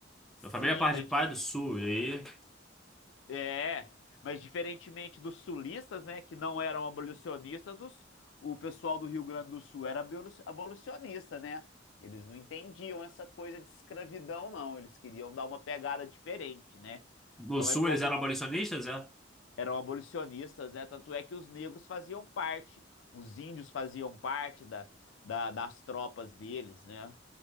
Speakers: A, on the left; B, in the centre.
A: sim,
B: Minha família é parte
A: mas
B: de pai do sul. E aí,
A: É, mas diferentemente dos sulistas, né, que não eram abolicionistas, os, o pessoal do Rio Grande do Sul era abolu- abolicionista, né? Eles não entendiam essa coisa de escravidão, não. Eles queriam dar uma pegada diferente, né?
B: no
A: Então
B: sul
A: é como
B: eles eram abolicionistas, é?
A: eram abolicionistas, né? Tanto é que os negros faziam parte, os índios faziam parte da, da- das tropas deles, né?